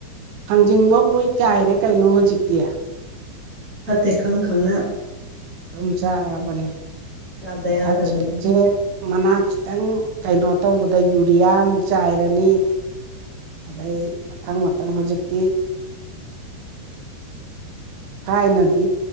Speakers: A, on the right; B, in the centre.
A: ꯍꯥꯡꯖꯤꯡꯐꯧ ꯂꯣꯏ ꯆꯥꯏꯔꯦ ꯀꯩꯅꯣ ꯍꯧꯖꯤꯛꯇꯤ
B: ꯐꯠꯇꯦ ꯈꯪ ꯈꯪꯅ
A: ꯑꯗꯨꯝ ꯆꯥꯔꯕꯅꯦ
B: ꯆꯥꯗ ꯌꯥꯗꯕꯅꯤꯅ
A: <unintelligible> ꯃꯅꯥ ꯈꯤꯇꯪ ꯀꯩꯅꯣ ꯇꯧꯕꯗ ꯌꯨꯔꯤꯌꯥ ꯑꯃꯨꯛ ꯆꯥꯏꯔꯅꯤ ꯑꯗꯩ ꯃꯊꯪ ꯃꯊꯪ ꯍꯧꯖꯤꯛꯇꯤ ꯊꯥꯏꯅꯗꯤ